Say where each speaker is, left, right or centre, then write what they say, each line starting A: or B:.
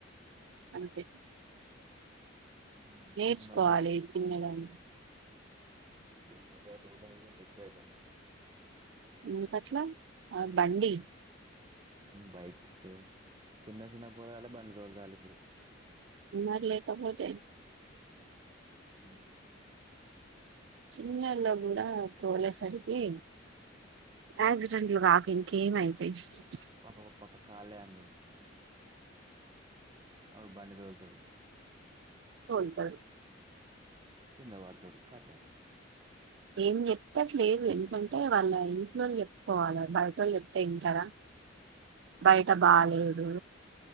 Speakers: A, on the right; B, on the right.
A: అంతే
B: ఉమ్,
A: నేర్చుకోవాలి
B: ఈ మధ్య
A: తినడం
B: ఈ మజా అ తకుయతను
A: ఇకట్లా ఆ బండి
B: బైక్స్ చిన్న చిన్న పూలగాల బండి తొలతాలి ఇప్పుడు
A: ఎ మరి లేకబడతే
B: ఉమ్,
A: చిన్నల్లో కూడా తోలేసరికి ఆక్సిడెంట్లు ఆక ఇకేంయిది అ
B: ఒొక్క పక్క కాళే అందు నప్పుడు బండి తోలుతుడుదు ఆ
A: స చాలు
B: కింద వడ తడుఖతాం
A: ఏం చెప్తే అ లేదు ఎందుకంటే వాళ్ళ ఇంట్లో చెప్పుకోవాల బయట వాళ్ళు చెప్తే తంటారా బయట బాలేేదు